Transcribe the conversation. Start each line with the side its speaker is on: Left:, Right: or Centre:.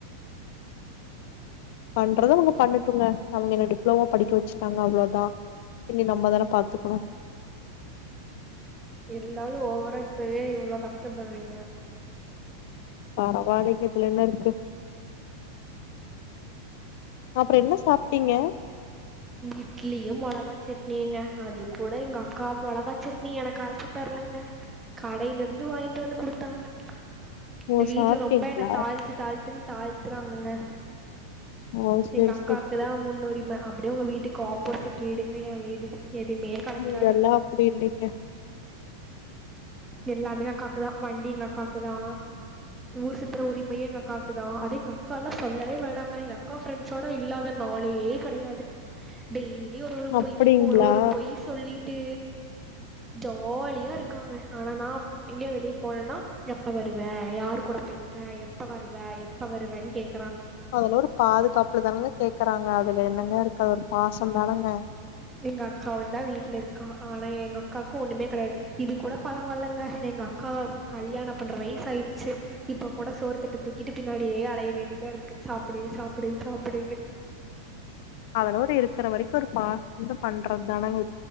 Left: பண்றத அவங்க பண்ணட்டுங்க அவங்க என்ன டிப்ளமோ படிக்க வச்சுட்டாங்க அவ்வளதா இனி நம்மதான பாத்துக்கணு
Right: இருந்தாலும் ஓவரா இப்பவே இவ்ளோ கஷ்டப்படுறீங்க
Left: பரவாலங்க இதுல என்ன இருக்கு அப்புறம் என்ன சாப்ட்டீங்க
Right: இட்லியும் மொளகா சட்னிங்க அது கூட எங்க அக்கா மொளகா சட்னி எனக்கு அரைச்சி தரலங்க கடையில இருந்து வாங்கிட்டு வந்து குடுத்தாங்க இந்த
Left: ஓ
Right: வீட்ல
Left: சாப்ட்டீங்களா
Right: ரொம்ப என்ன தாழ்த்து தாழ்த்துன் தாழ்த்துறாங்கங்க
Left: ஓ செரி
Right: எங்க அக்காக்குதா
Left: செரி செரி
Right: முன்னுரிம உங்க வீட்டுக்கு ஆப்போசிட் வீடுங்க ஏ வீடு எதுவுமே கெடைக்காது
Left: வீடெல்லா அப்டி இல்லங்க
Right: எல்லாமே அக்காக்குதா வண்டி எங்க அக்காக்குதா ஊர் சுத்துற உரிமையு எங்க அக்காக்குதா அது எங்க அக்கால்லா சொல்லவே வேண்டாங்க எங்க அக்கா ஃப்ரெண்ட்ஸோட இல்லாத நாளே கெடையாது டெய்லி ஒரு ஒரு
Left: அப்டிங்களா
Right: பொய் ஒரு ஒரு பொய் சொல்லிட்டு ஜாலியா இருக்காங்க ஆனா நா எங்கய வெளியே போனேன்னா எப்ப வருவ யார் கூட போயிருக்க எப்ப வருவ எப்ப வருவன்னு கேக்
Left: அதுல ஒரு பாதுகாப்புல தானங்க கேக்குறாங்க அதுல என்னங்க இருக்கு ஒரு பாசம் தானுங்க
Right: எங்க அக்காவுந்தா வீட்ல இருக்கா ஆனா எங்க அக்காக்கு ஒண்ணுமே கெடையாது இது கூட பரவால்லைங்க எங்க அக்கா கல்யாண பண்ற வயசு ஆயிடுச்சு இப்ப கூட சோர் தட்ட தூக்கிட்டு பின்னாடியே அலைய வேண்டிதா இருக்கு சாப்பிடு சாப்பிடு சாப்பிடுன்னு
Left: அதலோ இருக்கிற வரைக்கு ஒரு பாசதுல பண்றது தானுங்க